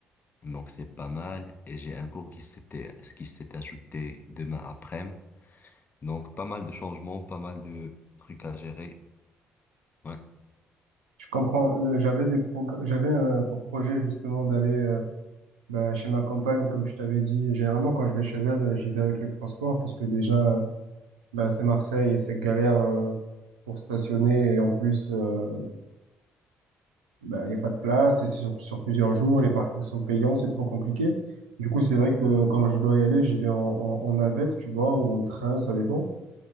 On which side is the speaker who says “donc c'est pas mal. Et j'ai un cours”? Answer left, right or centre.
Left